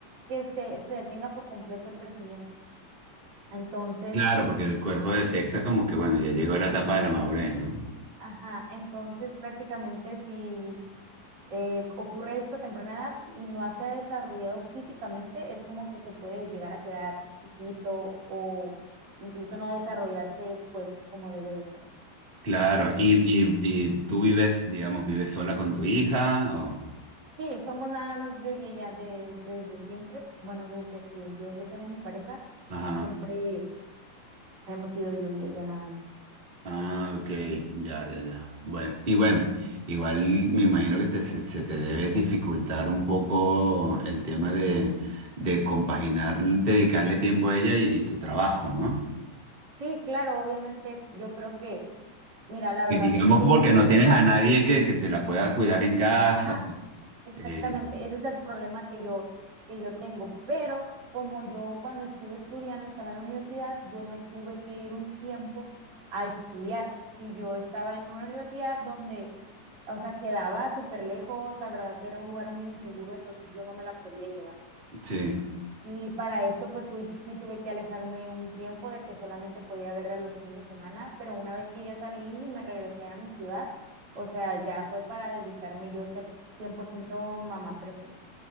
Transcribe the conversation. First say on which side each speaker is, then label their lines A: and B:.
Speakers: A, on the right; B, on the right.
A: que se, se detenga por completo el crecimiento. Entonces,
B: Claro, porque el cuerpo detecta como que, bueno, ya llegó la etapa de la madurez, ¿no?
A: ajá, entonces prácticamente si eh, ocurre esto a temprana edad y no se ha desarrollado físicamente, es como que se puede llegar a quedar chiquito o incluso no desarrollarse pues como debe de ser.
B: Claro, y, y, y tú vives, digamos, vives sola con tu hija o...
A: Sí, somos nada más yo y ella de- desde siempre, bueno, desde que yo dejé de mi pareja,
B: Ajá,
A: siempre hemos sido yo y ella nada más.
B: ah, ok, ya, ya, ya. Bueno, y bueno, igual me imagino que te, se, se te debe dificultar un poco el tema de, de compaginar, dedicarle tiempo a ella y, y tu trabajo, ¿no?
A: Sí, claro, obviamente yo creo que, mira, la verdad
B: Que digamos
A: es que hubo
B: porque
A: un tiempo,
B: no tienes a nadie que, que te la pueda cuidar en casa.
A: ajá, Exactamente,
B: eh,
A: ese es el problema que yo, que yo tengo. Pero como yo cuando estuve estudiando, estaba en la universidad, yo me tuve que ir un tiempo a estudiar y yo estaba en una universidad donde, o sea, quedaba súper lejos, la verdad era un lugar muy inseguro, entonces yo no me la podía llevar.
B: sí.
A: Y para esto, pues sí, sí tuve que alejarme un tiempo de que solamente podía verla los fines de semana, pero una vez que ya salí y me regresé a mi ciudad, o sea, ya fue para dedicarme yo a ser 100% mamá presente.